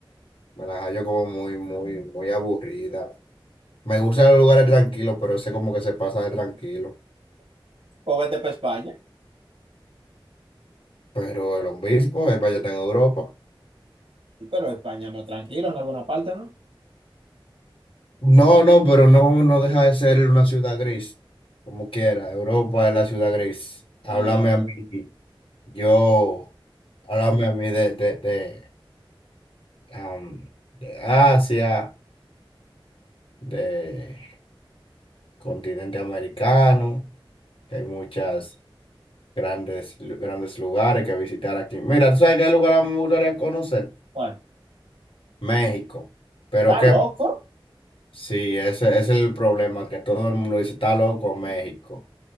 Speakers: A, on the left; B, on the right.
A: me la hallo como muy, muy, muy aburrida. Me gustan los lugares tranquilos, pero ese como que se pasa de tranquilo.
B: O vete para España.
A: Pero el obispo es para allá está en Europa.
B: Sí, pero España no, es tranquilo, en alguna parte, ¿no?
A: No, no, pero no, no deja de ser una ciudad gris, como quiera. Europa es la ciudad gris. Háblame
B: Y a ver,
A: a mí, yo, háblame a mí de, de, de am, de Asia, de continente americano, que hay muchas grandes, lu- grandes lugares que visitar aquí. Mira, ¿tú sabes qué lugar a mí me gustaría conocer?
B: ¿cuál?
A: México. Pero
B: ¿Está
A: que
B: loco?
A: sí, ese, ese es el problema, que todo el mundo dice, está loco México.